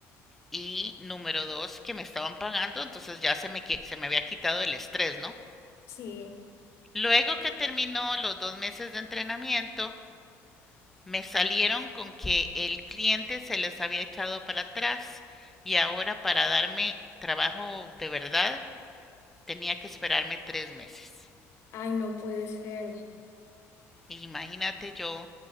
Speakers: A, in the centre; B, on the left (about 50°).
A: y número dos que me estaban pagando, entonces ya se me, qui- se me había quitado el estrés, ¿no?
B: Sí.
A: Luego que terminó los dos meses de entrenamiento, Me salieron con que el cliente se les había echado para atrás y ahora para darme trabajo de verdad tenía que esperarme tres meses.
B: Ay, no puede ser.
A: Imagínate yo